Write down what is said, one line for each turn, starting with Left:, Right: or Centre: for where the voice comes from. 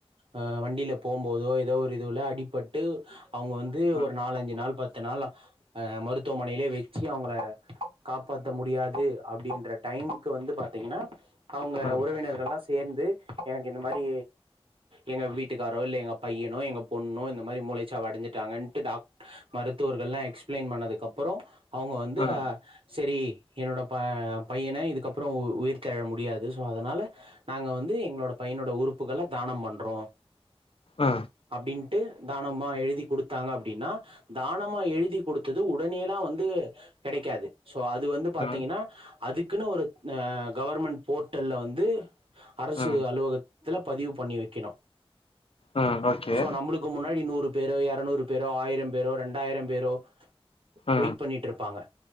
Right: ஆ வண்டில போம் போதோ ஏதோ ஒரு இதுவுல அடிப்பட்டு அவங்க வந்து
Left: அ
Right: ஒரு நாலஞ்சு நாள் பத் இத்தனால அ மருத்துவமனையிலயே வச்சு அவங்கள காப்பாத்த முடியாது அப்படின்ற டைமுக்கு வந்து பாத்தீங்ன்னா அவங்க
Left: அ அ
Right: உறவினர்கள்லா சேந்து எனக்கு இந்த மாரி எங்க வீட் ட்டுக்காரோ இல்ல எங்க பையனோ, எங்க பொண்ணோ இந்த மாரி மூளைச்சாவு அடைச்சுட்டாங்கன்ட்டு டாக் மருத்துவர்கள்ல்லா எக்ஸ்பிளைன் பண்ணதுக்கப்புரோ அவங்க வந்து
Left: அ
Right: செரி என்னோடப் ப பையன இதுக்கப்புறோ உயிர்த்ததெழ முடியாது. சோ அதனால நாங்க வந்து எங்களோட பையனோட உறுப்புகள தானம் பண்றோ
Left: அ
Right: அப்டின் ட்டு தானமா எழுதி கொடுத்தாங்க அப்டின்னா தானமா எழுதி கொடுத்து து உடனேல்லா வந்து கெடக்காது சோ அது வந்து த்திங்கன்னா
Left: அ
Right: அதுக்குன்னு ஒரு ஆ கவர்மெண்ட் போர்ட்டல்ல வந்து அரசு
Left: அ
Right: அலுவகத் இதுல பதிவு பண்ணி வைக்கணு
Left: அ ஓகே
Right: சோ நம்ளுக்கு முன்னாடி நூறு பேரோ இருநூறு பேரோ ஆயிரம் பேரோ ரண்டாயிரம் பேரோ
Left: அ
Right: வெயிட் பண்ணிட்டு இருப்பாங்க